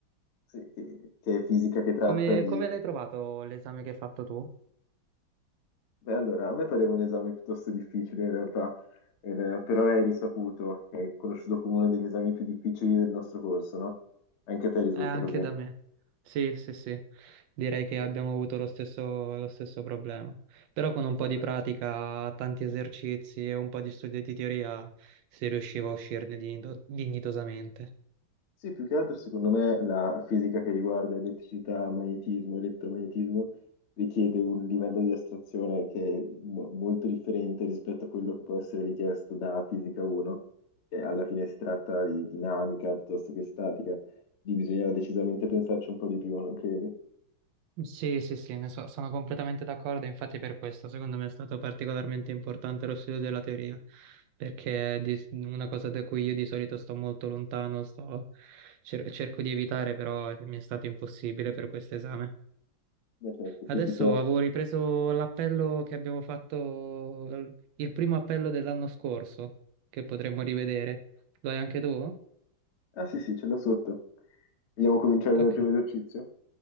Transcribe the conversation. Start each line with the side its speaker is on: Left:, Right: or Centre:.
Left: Sì, che, che è fisica che tratta
Right: Come,
Left: di...
Right: come l'hai trovato l'esame che hai fatto tu?
Left: Beh, allora, a me pareva un esame piuttosto difficile in realtà, ed, eh, però è risaputo, è conosciuto come uno degli esami più difficili del nostro corso, no? Anche a te risulta
Right: Eh, anche
Left: così?
Right: da me. Sì, sì, sì. Direi che
Left: Sì.
Right: abbiamo avuto lo stesso, lo stesso problema. Però con un po'
Left: Ma
Right: di pratica, tanti esercizi e un po' di studio di teoria si riusciva a uscirne digno- dignitosamente.
Left: Sì, più che altro secondo me la fisica che riguarda elettricità, magnetismo, elettromagnetismo richiede un livello di astrazione che è mo- molto differente rispetto a quello che può essere richiesto da fisica 1, che alla fine si tratta di dinamica piuttosto che statica, di bisogna decisamente pensarci un po' di più, non credi?
Right: Sì, sì, sì, ne so- sono completamente d'accordo, infatti per questo secondo me è stato particolarmente importante lo studio della teoria, perché è di- una cosa da cui io di solito sto molto lontano, sto- cer- cerco di evitare, però mi è stato impossibile per questo esame.
Left: Beh, certo,
Right: Adesso
Left: se si può.
Right: avevo ripreso l'appello che abbiamo fatto, l- il primo appello dell'anno scorso, che potremmo rivedere. Lo hai anche tu?
Left: Ah sì, sì, ce l'ho sotto. Vogliamo cominciare
Right: Ok.
Left: dal primo esercizio?